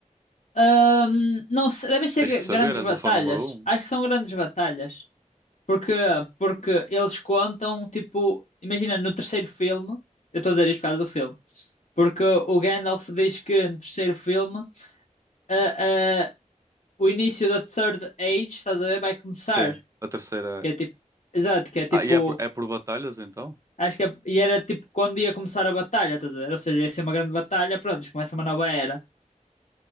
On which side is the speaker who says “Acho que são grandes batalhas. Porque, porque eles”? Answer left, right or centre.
Left